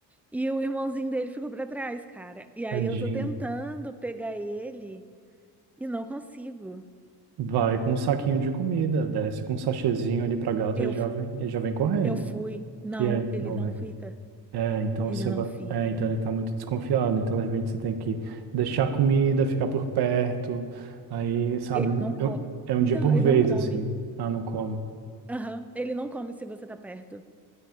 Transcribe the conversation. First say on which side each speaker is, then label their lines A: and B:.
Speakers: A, in the centre; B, on the right.
A: E o irmãozinho dele ficou pra trás, cara. E aí
B: tadinho.
A: eu tô tentando pegar ele e não consigo.
B: Vai com um saquinho de comida, desce com um sachêzinho ali pra gato,
A: Eu,
B: ele já
A: f-
B: vem, ele já vem correndo.
A: eu fui. Não,
B: E aí,
A: ele
B: não
A: não
B: vem?
A: fica.
B: É, então
A: Ele
B: você
A: não
B: vai.
A: fica.
B: É, então ele tá muito desconfiado. Então, de repente, você tem que deixar a comida, ficar por perto. Aí, sabe,
A: Ele não co...
B: eu- é um
A: Então,
B: dia por
A: ele
B: vez,
A: não come.
B: assim. Ah, não come.
A: Aham. Ele não come se você tá perto.